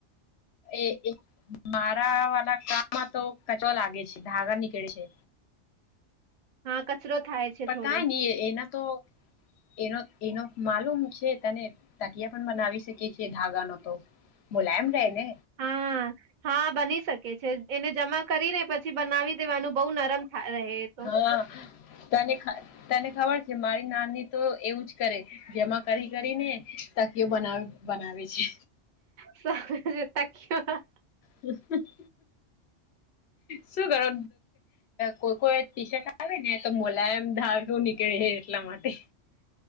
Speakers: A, on the left (about 65°); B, on the right (about 50°).
A: એ મારા વાળા કામમાં તો કચો લાગે છે ધાગા નીકળે છે.
B: હા કચરો થાય છે
A: પણ
B: થોડું
A: કઈ નહી એના તો એનો એનો માલુમ છે તને તાકીયા પણ બનાવી શકી છીએ ધાગા નો તો મુલાયમ રહેે ને.
B: હા હા બની શકે છે એને જમા કરી ને પછી પછી બનાવી દેવાનું બહુ નરમ થા રહે તો
A: હ તને તને ખબર છે મારી નાની તો એવું જ કરે જમા કરી કરીને તકીઓ બનાવે બનાવે છે.
B: સજ તાક્યો
A: પ <inaudible> શું કરો? કોઈ કો ટી શર્ટ આવે ને તો મોલાયમ ધાગું નીકળે એટલા માટે.